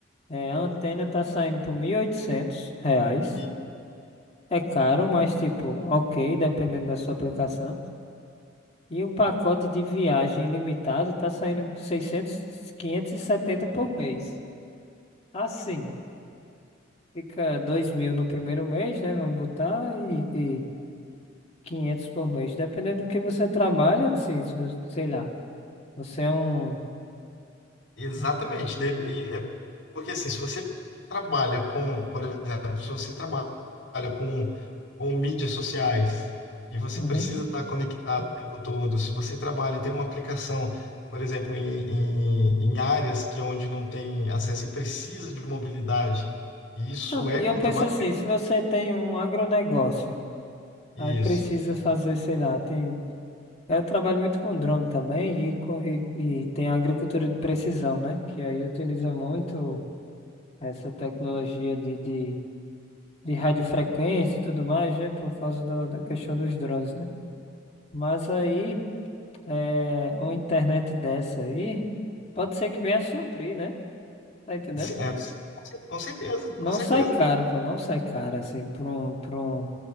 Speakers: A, on the left (about 35°); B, on the left (about 65°).
A: É, a antena tá saindo por 1.800
B: 5.500.
A: reais. É caro, mas tipo, ok, dependendo da sua aplicação. E um pacote de viagem ilimitado tá saindo seiscentos quinhentos e setenta por mês. Assim, fica dois mil no primeiro mês, né? Vamos botar, e, e 500 por mês. Dependendo do que você trabalha, assim, se você- sei lá, você é um...
B: Exatamente.
A: um- um-
B: De- e é- porque assim, se você trabalha com, por exemplo, se você trabalha com, com mídias sociais e você
A: um,
B: precisa
A: uhum.
B: estar conectado o tempo todo, se você trabalha, tem uma aplicação, por exemplo, em, em, em áreas que onde não tem acesso e precisa de mobilidade, e isso
A: Ah,
B: é
A: E
B: como
A: eu penso
B: trabalho.
A: assim, se você tem um agronegócio,
B: Isso.
A: aí precisa fazer, sei lá, tem... Eu trabalho muito com drone também e, com, e, e tem a agricultura de precisão, né? Que aí utiliza muito... essa tecnologia de, de, de radiofrequência e tudo mais, né? Por causa da da questão dos drones, né? Mas aí, é, uma internet dessa aí, pode ser que venha a suprir, né? Tá entendendo?
B: É, é, com certeza, com
A: Não
B: certeza.
A: sai caro, pô, não sai caro, assim, para um, para um